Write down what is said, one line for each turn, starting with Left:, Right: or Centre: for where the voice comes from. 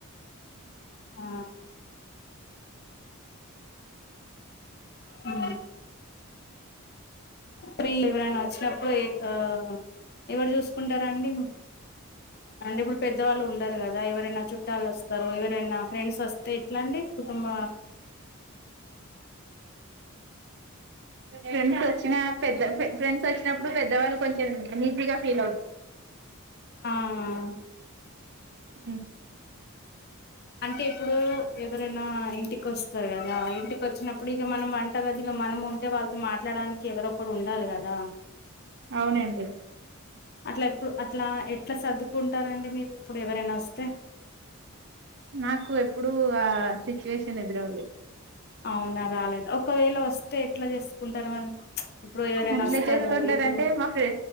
Left: ఆ ఆ పిల్లలు ఎవరైన వచ్చినప్పుడు ఆ ఎవరు చూసుకుంటరా అండి అంటే ఇప్పుడు పెద్దవాళ్ళు ఉండ ారు కదా ఎవరైనా చుట్టాలు వస్తారు ఎవరైనా ఫ్రెండ్స్ వస్తే ఎట్లండి కుటుంబ
Right: ఫ్రెండ్స్ వచ్చిన పెద్ద ఫ్రెండ్స్ వచ్చినప్పుడు పెద్దవాళ్ళు కొంచెం ఈజీగా ఫ
Left: ఆ
Right: అ <unintelligible>
Left: అంటే ఇప్పుడు ఎవరైనా ఇంటికీ వస్తారు కదా ఇంటికి వచ్చినప్పుడు ఇక మనం వంటగాదిలో మనం ఉంటే వాళ్ళతో మాట్లాడానికి ఎవరొ ఒకరు ఉండాలి కదా
Right: అవునండి
Left: అట్లా ఎప్పుడు అట్లా ఎట్లా సర్దుకుంటారండి మీరు ఇప్పుడు ఎవరైనా వస్తే
Right: నాకు ఎప్పుడుూ ఆ సిచ్యువేషన్ ఎదురవ్వలేదు
Left: అవునా రాలేద ఒకవేళ వస్తే ఎట్లా చేసుకుంటారు మనం ఇప్పుడు ఎవరైనా
Right: ఎట్లా
Left: వస్తారు
Right: చేసుకుంటారంటే
Left: ఇప్పుడు
Right: మా ఫ్రె